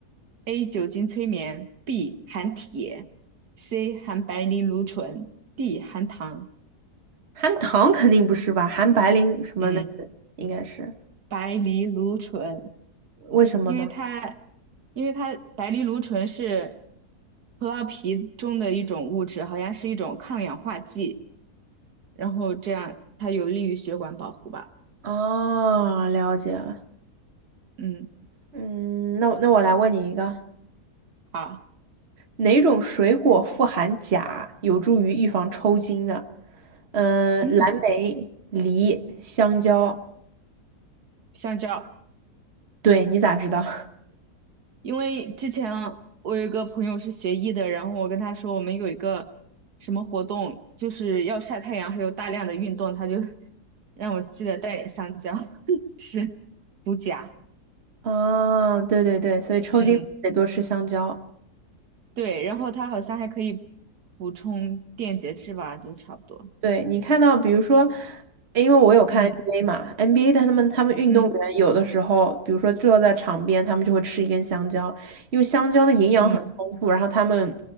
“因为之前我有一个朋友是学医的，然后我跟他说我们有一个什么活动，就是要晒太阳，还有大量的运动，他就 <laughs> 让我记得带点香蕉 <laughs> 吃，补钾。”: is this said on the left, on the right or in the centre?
Right